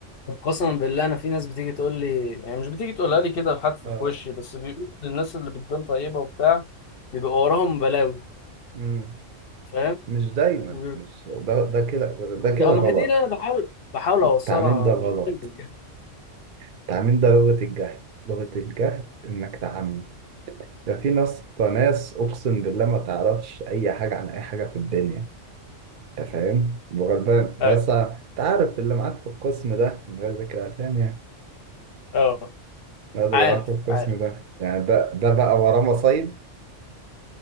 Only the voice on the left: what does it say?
طب قسما بالله انا في ناس بتيجي تقول لي يعني مش بتيجي تقولها لي كده بحد في
وشي بس بيقول الناس اللي بتبان طيبه وبتاع بيبقى وراهم بلاوي
فاهم
<laughs> بيقول-
اه ما
هي دي اللي انا بحاول بحاول
اوصلها
انا
مش بكذب يعني
ايوه
اه
عارف
عارف